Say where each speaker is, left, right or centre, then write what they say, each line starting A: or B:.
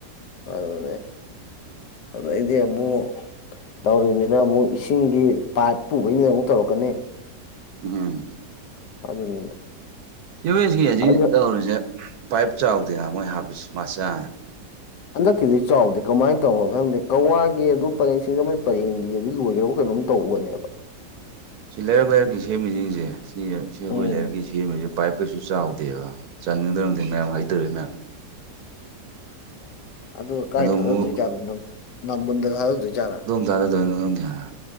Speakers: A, on the left; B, on the right.
A: ꯑꯗꯨꯅꯦ ꯑꯗꯩꯗꯤ ꯑꯃꯨꯛ ꯇꯧꯔꯤꯝꯃꯤꯅ ꯑꯃꯨꯛ ꯏꯁꯤꯡꯒꯤ ꯄꯥꯏꯞ ꯄꯨꯕꯩꯅꯤꯅ ꯑꯃꯨꯛ ꯇꯧꯔꯛꯀꯅꯤ
B: ꯎꯝ
A: ꯑꯗꯨꯅꯤꯗ
B: ꯁꯤꯋꯦꯖꯀꯤ ꯍꯖꯤ
A: ꯑꯗꯨꯒ
B: ꯇꯧꯔꯤꯖꯦ ꯄꯥꯏꯞ ꯆꯥꯎꯗꯦꯅ ꯃꯣꯏ ꯍꯥꯞꯄꯤꯁ ꯃꯆꯥ
A: ꯍꯟꯗꯛꯀꯤꯗꯤ ꯆꯥꯎꯗꯦ ꯀꯃꯥꯏꯅ ꯇꯧꯑ ꯈꯪꯗꯦ ꯀꯋꯥꯒꯤ ꯑꯗꯨ ꯄꯔꯦꯡꯁꯤꯡꯗ ꯃꯣꯏ ꯄꯔꯦꯡꯒꯤꯒꯗꯤ ꯂꯣꯏꯒ꯭ꯔꯕ ꯀꯩꯅꯣꯝ ꯇꯧꯕꯅꯦꯕ
B: ꯁꯤ ꯂꯩꯔꯛ ꯂꯩꯔꯛꯀꯤ ꯁꯦꯝꯃꯤꯖꯤꯡꯖꯦ ꯁꯤ ꯁꯤ ꯑꯩꯈꯣꯏ
A: ꯎꯝ
B: ꯂꯩꯔꯛꯀꯤ ꯁꯦꯝꯃꯤꯖꯦ ꯄꯥꯏꯞ ꯀꯩꯁꯨ ꯆꯥꯎꯗꯦꯕ ꯆꯟꯒꯗ꯭ꯔ ꯉꯪꯗꯦ ꯅꯌꯥ ꯃꯥꯏꯠ ꯇꯧꯔꯩ ꯃꯌꯥꯝ
A: ꯑꯗꯨ ꯀꯥꯏ
B: ꯑꯗꯨꯕꯨ
A: ꯊꯥꯗꯣꯏꯖꯥꯠꯅꯣ ꯅꯝ ꯅꯝꯕꯨꯟꯗ ꯊꯥꯗꯗꯣꯏꯖꯥꯠꯔꯥ
B: ꯗꯥꯗꯥꯗꯣꯏꯅꯣ ꯈꯪꯗꯦꯍ